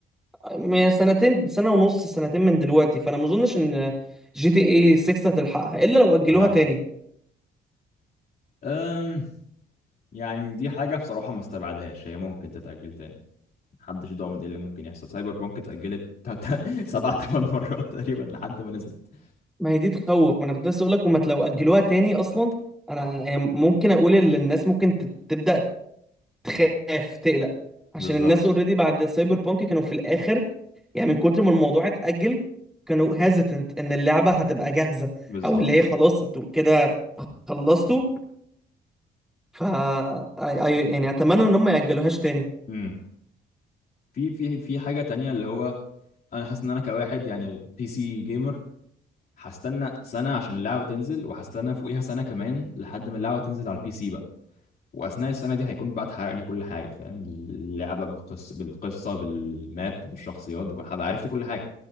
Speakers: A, in the centre; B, on the left (about 50°).
A: يعني سنتين سنة ونص سنتين من دلوقتي فانا ما اظنش ان جي تي اي 6 هتلحقها الا لو اجلوها
B: اها
A: تاني
B: أم يعني دي حاجة بصراحة ما استبعدهاش هي ممكن تتأجل تاني محدش ضامن ايه اللي ممكن يحصل سايبر بانك اتأجلت <laughs> سبع تمن مرات تقريبا لحد ما نزلت
A: ما هي دي تخوف ما انا كنت لسه اقول لك هما لو اجلوها تاني اصلا انا يعني ممكن اقول ان الناس ممكن ت- تبدا تخاف تقلق عشان
B: بالظبط
A: الناس اوريدي بعد سايبر بانك كانوا في الاخر يعني من كتر ما الموضوع اتاجل كانوا هيزيتنت ان اللعبه هتبقى جاهزه
B: بالظبط
A: او اللي هي خلاص انتوا كده خلصتوا ف I- I- يعني اتمنى ان هم ما ياجلوهاش تاني
B: امم في في في حاجة تانية اللي هو انا حاسس ان انا كواحد يعني بي سي جيمر هستنى سنة عشان اللعبة تنزل وهستنى فوقيها سنة كمان لحد ما اللعبة تنزل على البي سي بقى وأثناء السنة دي هيكون بقى اتحرق لي كل حاجة فاهم اللعبة بالقصة بالقصة بالماب بالشخصيات بكل هبقى عرفت كل حاجة